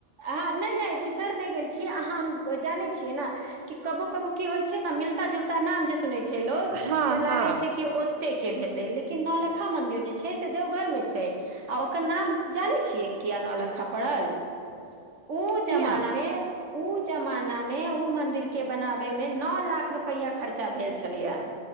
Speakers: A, on the right; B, on the right.
A: ह नहि नहि बिसर नहि गेल छियै अहाँ हम जानै छियै ने कि कबो कबो की होइ छै ने मिलता जुलता नाम जे सुनै छै लोग
B: हँ
A: तो लागे
B: हँ
A: छै कि ओते के भेे लेकिन नौलक्खा मंन्दिर जे छै से देवघर मे छै आ ओकर नाम जानै छियै किया नौलक्खा पड़ल ओ
B: किया
A: जमाना मे ओ जमानामे ओ मन्दिर के बनाबैमे नओ लाख रुपैआ खर्चा भेल छलै